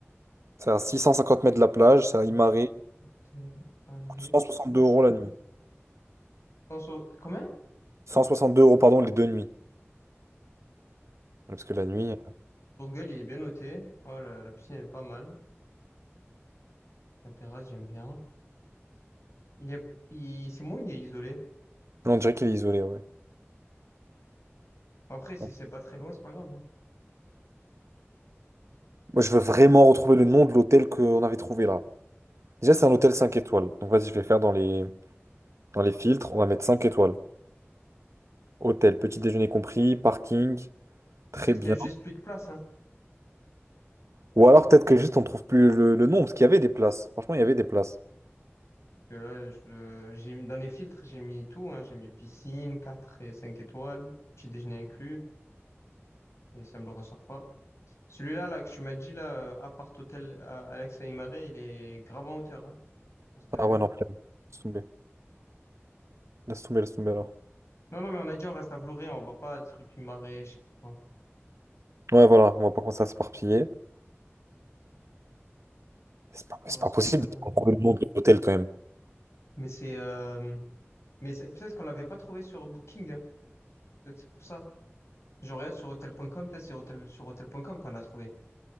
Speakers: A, on the right; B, on the left.
A: C'est à 650 mètres de la plage, c'est à Imare.
B: Appart Hôtel Alex.
A: Coûte 162 euros la nuit.
B: Dans son- Comment?
A: 162 euros, pardon, les deux nuits. Parce que la nuit.
B: Son gueule, il est bien noté. Oh, la, la piscine, elle est pas mal. La terrasse, j'aime bien. Il est, il- c'est moi, il est isolé.
A: Non, on dirait qu'il est isolé, ouais.
B: Après, si
A: Bon.
B: c'est pas très loin, c'est pas grave. hein.
A: Moi, je veux vraiment retrouver le nom de l'hôtel qu'on avait trouvé là. Déjà, c'est un hôtel 5 étoiles. Donc vas-y, je vais faire dans les. Dans les filtres, on va mettre 5 étoiles. Hôtel, petit déjeuner compris, parking,
B: Et
A: très
B: peut-être
A: bien.
B: qu'il y a juste plus de place, hein.
A: Ou alors peut-être que juste on trouve plus le, le nom, parce qu'il y avait des places. Franchement, il y avait des places.
B: que là, je le- j'ai, dans les filtres, j'ai mis tout, hein. J'ai mis piscine, 4 et 5 étoiles, petit déjeuner inclus, et ça me le ressort pas. Celui-là, là, que tu m'as dit, là, euh, appart hôtel à Alex Aymaré, il est grave en hauteur, hein. Je sais pas si t'as vu.
A: Ah ouais, non, flemme. Laisse tomber. Laisse tomber, laisse tomber alors.
B: Non, non, mais on a dit, on reste à Vloré, on va pas à truc Aymaré, je sais pas quoi.
A: Ouais, voilà, on va pas commencer à s'éparpiller. C'est pas,
B: On
A: c'est
B: reste
A: pas possible
B: plus à Vloré.
A: de trouver le nom de l'hôtel quand même.
B: Mais c'est, euh, mais c'est- peut-être qu'on l'avait pas trouvé sur Booking, hein. Peut-être c'est pour ça. Je regarde sur hotel.com, peut-être c'est hôtel, sur hotel.com qu'on l'a trouvé.